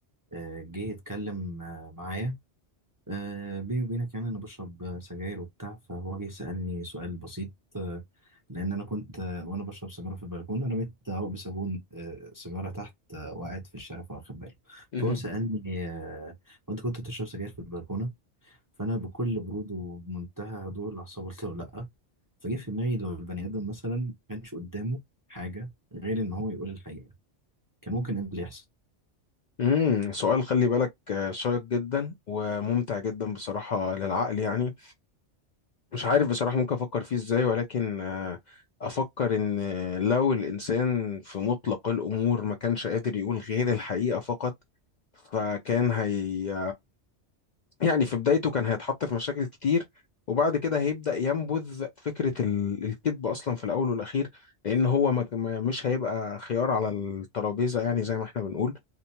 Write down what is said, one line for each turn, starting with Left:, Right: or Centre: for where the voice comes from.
Right: آه، جه يتكلم آه، معايا آه، بيني وبينك يعني أنا بشرب سجاير وبتاع فهو جه سألني سؤال بسيط آه، لأن أنا كنت آه، وأنا بشرب سجارة في البلكونة رميت هو بصابون آه، سيجارة تحت آه، وقعت في الشارع فواخد باله
Left: مهم.
Right: فهو سألني آه، وأنت كنت بتشرب سجاير في البلكونة فانا بكل برود وبمنتهى هدوء الاعصاب قلت له لا فجه في دماغي لو البني ادم مثلا ما كانش قدامه حاجه غير ان هو يقول الحقيقه كان ممكن ايه اللي يحصل
Left: امم سؤال خلي بالك شيق جدا وممتع جدا بصراحه للعقل يعني مش عارف بصراحه ممكن افكر فيه ازاي ولكن آه، افكر ان لو الانسان في مطلق الامور ما كانش قادر يقول غير الحقيقه فقط فكان هي يعني في بدايته كان هيتحط في مشاكل كتير وبعد كده هيبدأ ينبذ فكرة ال- الكذب أصلا في الأول والأخير لأن هو ما ما- مش هيبقى خيار على الترابيزة يعني زي ما احنا بنقول